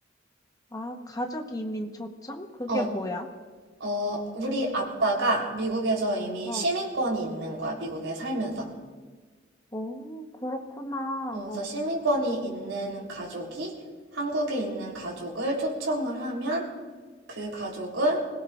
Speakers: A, on the left; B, on the right.
A: 아, 가족 이민 초청? 그게
B: 어,
A: 뭐야?
B: 어, 우리 아빠가 미국에서 이미
A: 어.
B: 시민권이 있는 거야, 미국에 살면서.
A: 오, 그렇구나.
B: 어, 그래서
A: 어.
B: 시민권이 있는 가족이 한국에 있는 가족을 초청을 하면 그 가족은